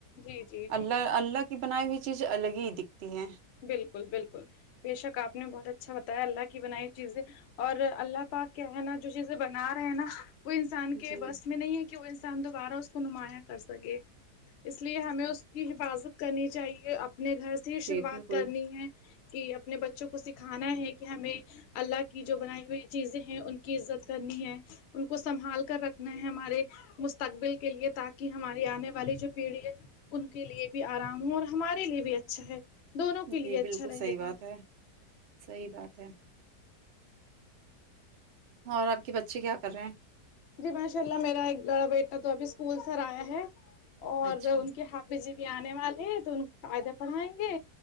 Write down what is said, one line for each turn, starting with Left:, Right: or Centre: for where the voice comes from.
Left: جی جی جی
Right: اللہ اللہ کی بنائی ہوئی چیز الگ ہی دکھتی ہیں
Left: بالکل بالکل بے شک آپ نے بہت اچھا بتایا اللہ کی بنائی چیزیں اور اللہ پاک کیا ہے نا جو چیزیں بنا رہے ہیں نا وہ انسان کے
Right: جی
Left: بس میں نہیں ہے کہ وہ انسان دوبارہ اس کو نمایاں کر سکے اس لیے ہمیں اس کی حفاظت کرنی چاہیے اپنے گھر سے ہی
Right: جی
Left: شروعات
Right: بالکل
Left: کرنی ہے کہ اپنے بچوں کو سکھانا ہے کہ ہمیں اللہ کی جو بنائی ہوئی چیزیں ہیں ان کی عزت کرنی ہے ان کو سنبھال کر رکھنا ہے ہمارے مستقبل کے لیے تاکہ ہماری آنے والی جو پیڑھی ہے ان کے لیے بھی آرام ہو اور ہمارے لیے بھی اچھا ہے دونوں کے لیے
Right: جی
Left: اچھا
Right: بالکل
Left: رہے
Right: صحیح
Left: گا
Right: بات ہے صحیح بات ہے اور آپ کے بچے کیا کر رہے ہیں
Left: جی ماشاء اللہ میرا ایک بڑا بیٹا تو ابھی اسکول سر آیا ہے اور
Right: اچھا
Left: ان کے ہ بی جی بھی آنے والے ہیں تو ان کو فائدے پڑھائیں گے